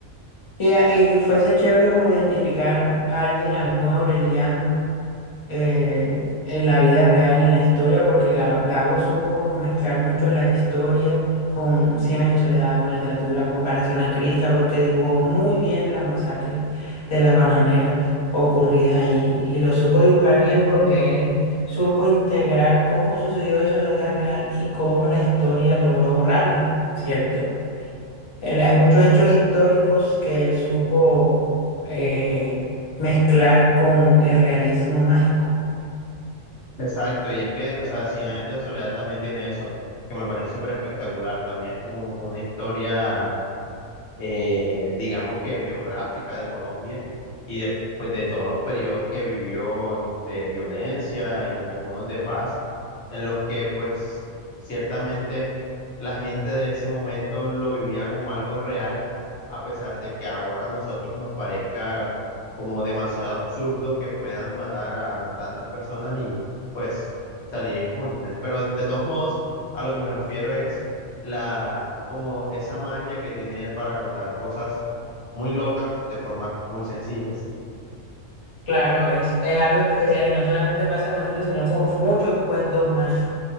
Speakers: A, on the left; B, on the left.
A: Y, y fuese chévere como identificar a alguien, algún aureliano, eh, en la vida real, en la historia, porque Ga- Gabo supo como mezclar mucho la historia con Cien años de soledad, con la literatura, como para hacer una crítica, porque dibujó muy bien la masacre de las bananeras ocurridas allí. Y lo supo dibujar bien porque él supo integrar cómo sucedió eso en la vida real y cómo la historia logró borrarlo, ¿cierto? Él- hay muchos hechos históricos que él supo eh, mezclar con el realismo mágico.
B: Exacto, y es que, o sea, Cien años de soledad también tiene eso, que me parece súper espectacular, también es como una historia eh, digamos que biográfica de Colombia y después de todos los periodos que vivió en- de violencia y algunos de paz, en los que pues ciertamente la gente de ese momento lo vivía como algo real, a pesar de que ahora a nosotros nos parezca como demasiado absurdo que puedan matar a tantas personas y pues salir impunes. Pero de todos modos, a lo que me refiero es la, como esa magia que tiene él para contar cosas muy locas de formas muy sencillas.
A: Claro, es, es algo especial y no solamente pasa con eso, sino con muchos cuentos más.